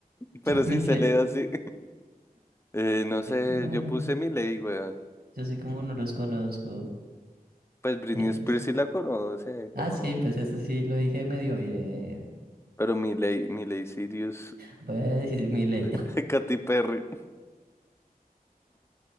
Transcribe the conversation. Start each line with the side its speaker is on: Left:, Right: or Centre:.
Left: pero
Right: Yo
Left: sí
Right: Miley.
Left: se lee así. Eh, no sé,
Right: Miley.
Left: yo puse Miley, weón.
Right: Yo sí como no los conozco.
Left: Pues Britney
Right: I Kiss.
Left: Spears sí la conoce,
Right: Ah,
Left: cómo
Right: sí,
Left: no.
Right: pues ese sí lo dije medio bien.
Left: Pero Miley, Miley Cyrus,
Right: Voy a decir mi ley.
Left: <laughs> Katy Perry.